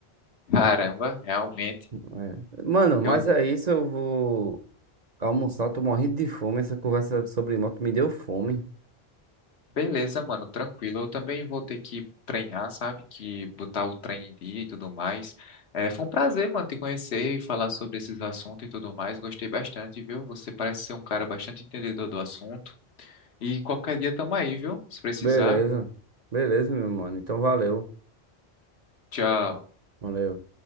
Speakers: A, on the left; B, on the right.
A: Caramba, realmente.
B: É. Mano, mas
A: Eu,
B: é isso, eu vou almoçar, tô morrendo de fome. Essa conversa sobre moto me deu fome.
A: beleza, mano, tranquilo. Eu também vou ter que treinar, sabe? Que botar o treino em dia e tudo mais. É, foi um prazer, mano, te conhecer e falar sobre esses assuntos e tudo mais. Gostei bastante, viu? Você parece ser um cara bastante entendedor do assunto. E qualquer dia tamo aí, viu? Se precisar.
B: Beleza. Beleza, meu mano. Então valeu.
A: Tchau.
B: Valeu.